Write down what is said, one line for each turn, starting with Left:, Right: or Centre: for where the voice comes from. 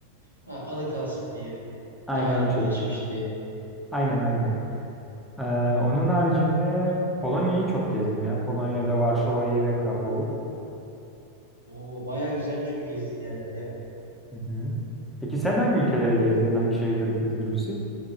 Right: Ha, anı kalsın diye.
Centre: Aynen
Right: Tarihi
Centre: o şekilde.
Right: geçmiş diye.
Centre: Aynen aynen. Ee, onun
Right: Ee,
Centre: haricinde Polonya'yı çok gezdim ya. Polonya'da Varşova'yı ve Krakow'u.
Right: Oo, bayağı güzelmiş bu gezdiğin yerler ya.
Centre: Hı hı. Peki sen hangi ülkeleri gezdin, hangi şehirleri gezdin Hulusi?